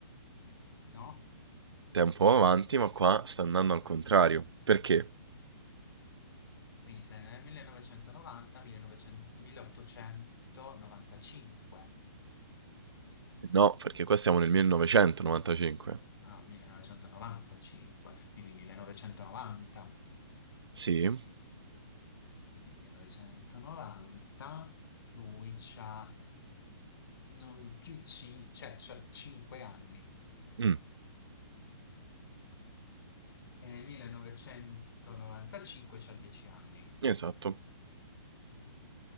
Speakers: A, on the left; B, on the right.
A: no?
B: Tempo avanti, ma qua sta andando al contrario. Perché?
A: Quindi sei nel 1990, 1900, 1895.
B: No, perché qua siamo nel 1995.
A: No, 1995, quindi 1990.
B: Sì?
A: E 1990 lui c'ha non più 5, cioè c'ha 5 anni.
B: Mh,
A: E nel 1995 c'ha 10 anni.
B: esatto.